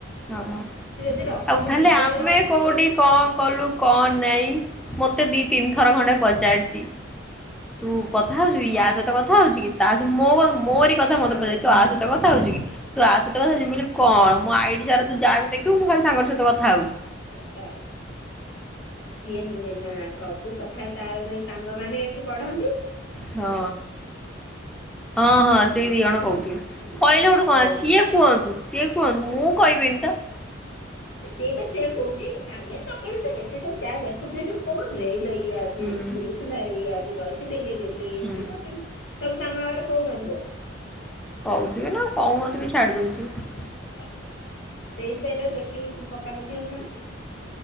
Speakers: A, in the centre; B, on the left.
A: ଆଉ
B: ତୁ ଯଦି ରଖୁଛୁ
A: ଖାଲି
B: ଗୁପ୍ତରେ
A: ଆମେ
B: ରଖୁନୁ
A: କୋଉଠି କଣ କଲୁ କଣ ନାଇଁ ମତେ ଦି ତିନିଥର ଖଣ୍ଡେ ପଚାରିଛି। ତୁ କଥା ହଉଛୁ ୟା ସହିତ କଥା କଥା ହଉଚୁ କି ତା ସହ ମୋ ବା ମୋରି। ରି କଥା ମତେ
B: ହଁ
A: ପଚାରୁଛି ତୁ ଆ ସହିତ କଥା। କଥା ହଉଛୁ କି ତୁ ଆ ସହିତ କଥା ହଉଛୁ ମୁ କହିଲି କଅଣ ମୋ ଆଇଡ଼ି ସାରା ତୁ ଯାହାକୁ ଦେଖୁ ମୁଁ କାଲି ତାଙ୍କ ସହିତ କଥା ହଉଛି।
B: କଥା ଅଛି। ସିଏ ନୁହେଁ ନା ସବୁ କଥା କାର ସାଙ୍ଗମାନେ ଏଠି ପଢ଼ନ୍ତି।
A: ହଁ ହଁ ହଁ ସେଇ ଦି ଜଣ କହୁଥିବେ
B: ହୁଁ
A: କହିଲେ ସେଠୁ କଣ
B: କହୁ
A: ହେଲା ସିଏ କୁହନ୍ତୁ। ସିଏ କୁହନ୍ତୁ ମୁଁ କହିବିିନି ତ।
B: ସେ ବା ସେୟା କହୁଛି ଆମେ ଦକାରେ ଲେସ ସେ ସବୁ ଯାହା ଦେଖୁଥିବେ ସବୁ କୋଉ ନଥିବେ ହେଇଲୋ ଇଏ ଆଜିି
A: ହୁଁ
B: ଏଇଠି ବୁଲୁଥିଲା ଇଏ ଆଜି ଯାଇଥିଲେ ଇଏ ଡେଲି ଏମତି
A: ହୁଁ।
B: କରୁଛନ୍ତି ସବୁ ତାଙ୍କ ଆଗରେ। କହୁନଥିବେ କି।
A: କହୁଥିବେ ନା କହୁନଥିବେ ଛାଡି ଦଉଥିବେ।
B: ସେଇଥିପାଇଁ ତ ଲେଖିକି ପକାପଖି ହଉନାହାନ୍ତି।